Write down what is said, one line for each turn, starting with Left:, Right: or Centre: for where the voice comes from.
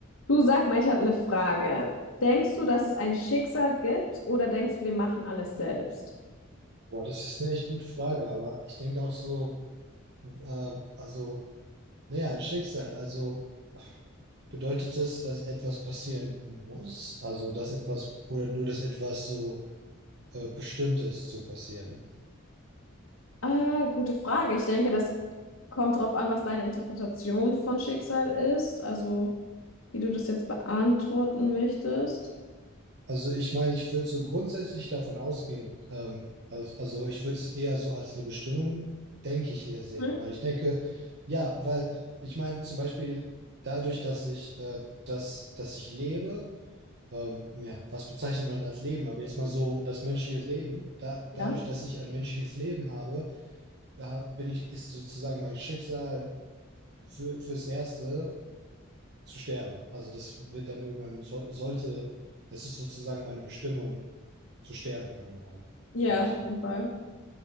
Left: Du sag mal, ich habe eine Frage. Denkst du, dass es ein Schicksal gibt oder denkst du, wir machen alles selbst?
Right: Boah, das ist eine echt gute Frage, aber ich denke auch so, ähm, also, naja, ein Schicksal, also bedeutet es, dass etwas passieren muss? Also, dass etwas, oder nur, dass etwas so äh, bestimmt ist zu passieren?
Left: Ah, gute Frage. Ich denke, das kommt darauf an, was deine Interpretation von Schicksal ist, also wie du das jetzt beantworten möchtest.
Right: Also, ich meine, ich würde so grundsätzlich davon ausgehen, ähm, also, also ich würde es eher so als eine Bestimmung, denke ich, eher sehen,
Left: Hm?
Right: weil ich denke, ja, weil ich meine, zum Beispiel dadurch, dass ich, äh, dass, dass ich lebe, ähm, ja, was bezeichnet man als Leben? Aber jetzt mal so, das menschliche Leben, da, dadurch,
Left: Ja.
Right: dass ich ein menschliches Leben habe, da bin ich, ist sozusagen mein Schicksal für, fürs Erste zu sterben. Also das wird dann irgendwann, soll, sollte, das ist sozusagen meine Bestimmung, zu sterben irgendwann.
Left: Ja,
Right: Weil ich,
Left: auf jeden Fall.